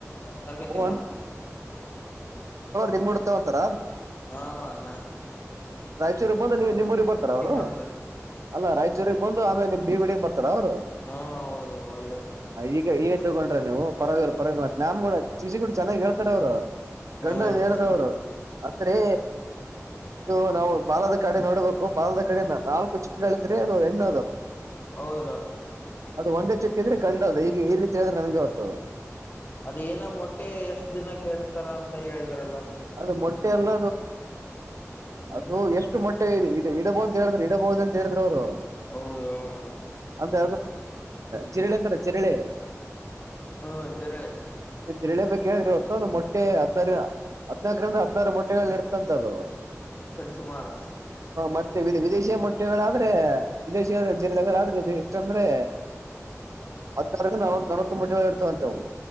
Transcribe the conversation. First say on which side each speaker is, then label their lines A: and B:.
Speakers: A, on the left; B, on the right.
A: ತರಗತಿ
B: ಓ
A: ಮಾಡ್ತಾರೆ
B: ನಿಮ್ ಬಿಡ್ತವ ಅಂತರ
A: ಹಾ ಅಲ್ಲ
B: ರಾಯಚೂರಿಗೆ ಬಂದು ನೀ ನಿಮ್ಮ ಊ್ರಗ್ ಬರ್ತಾರ ಅವ್ರು
A: ಮಾಡ್ತಾರೆ
B: ಅಲ್ಲ ರಾಯಚೂರಿಗೆ ಬಂದು ಆಮೇಲೆ ನಿಮ್ ಬೀವಿಡಗ್ ಬರ್ತಾರೆ ಅವ
A: ಹಾ ಹೌದು ಒಳ್ಳೇದ
B: ಈಗ ಈ ತಗೊಂಡ್ರ ನೀವು ಪರವಾಗಿಲ್ ರತ್ ನಾಮ್ ಕೂಡ ಶಿೂಡ ಚೆನ್ನಾಗಿ ಹೇಳ್ತಾರೆ ಅವರು
A: ಹ
B: ಗಂಡ ಹೇಳ್ದವ್ರು
A: ಶಿಕ್ಷಕರು
B: ಅಂದ್ರೆ
A: ಹ್ಮ್
B: ಇದು ನಾವು ಬಾಲದ ಕಡೆ ನೋಡಬೇಕು ಬಾಲದ ಕಡೆ ನಾಲ್ಕು ಚಿಕ್ಕಗಳಿದ್ರೆ ಅದು ಹೆಣ್ಣ
A: ಹೌದು
B: ಅದು ಒಂಡೆ ಚೆಕ್ಕಿದ್ರೆ ಗಂಡ ಅದು ಈಗ ಈ ರೀತಿ ್ರೆ ನಮಗೆ ಹೊತ್ತು
A: ಅದ ಏನ ಮೊಟ್ಟೆ ಎಷ್ಟ್ ದಿನಕ್ಕೆಡ್ತಾರ ಅಂತ ಹೇಳಿದ್ರಲ್ಲ ಅದ್ನ.
B: ಅದು ಮೊಟ್ಟೆ ಎಲ್ಲ
A: ಹ್ಮ್
B: ಅದು ಎಷ್ಟು ಮೊಟ್ಟೆ ಇದೆ ಇಡಬಹಂತ ಹೇಳಿದ್ರೆ ಇಡಬಹುದು ಅಂತ ಹೇಳಿದ್ರರು ಅವ್ರು
A: ಹೌದ ಹೌದು
B: ಅಂತ ಚಿರಳೆ ಅಂತರ ಚಿರಳೆ
A: ಹ್ಮ ತಿರಳಿ
B: ತಿರಳಿ ಬ ಹೇಳಿದ್ರಿ ಹೊತ್ತ ಒಂದು ಮೊಟ್ಟೆ ಅತ್ತಾರ ಹದ್ಿನಾಲ್ಕರಿಂದ ಹದಿನಾರು ಮೊಟ್ಟೆಗಳು ಇಡ್ತಂತದು
A: ತಿರ್ಸುಮಾರು
B: ಮತ್ತೆ ವಿದೇಶಿ ಮೊಟ್ಟೆಗಳಾದ್ರೆ ವಿದೇಶಿಯ ಜಿಲ್ಲ್ರ ಎಷ್ಟಂದ್ರೆ ಹತ್ತ ನವ ನವತ್ತು ಮಟ್ಟಿ ಇರ್ತಾವಂತೆಂತವು